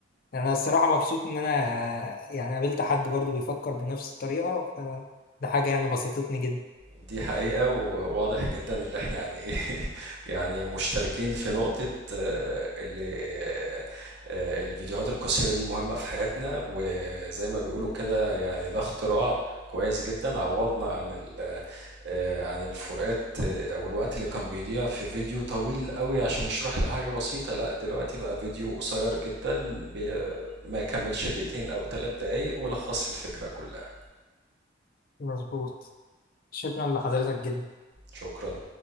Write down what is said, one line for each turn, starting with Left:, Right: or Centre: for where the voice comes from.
Left: يعني انا الصراحه مبسوط ان انا آه، يعني قابلت حد برضو بيفكر بنفس الطريقه فده حاجه يعني بسطتني جدا
Right: دي حقيقة وواضح جدا اللي احنا يعني ايه <laughs> يعني مشتركين في نقطة آه، اللي آه، آه، الفيديوهات القصيرة دي مهمة في حياتنا وزي ما بيقولوا كده يعني ده اختراع كويس جدا عوضنا عن ال- آه، عن الفروقات آه، او الوقت اللي كان بيضيع في فيديو طويل قوي عشان يشرح لي حاجة بسيطة لا دلوقتي بقى فيديو قصير جدا بي- ما يكملش دقيقتين او ثلاث دقايق ولخص لي الفكرة كلها
Left: مظبوط شكرا لحضرتك جدا
Right: شكرا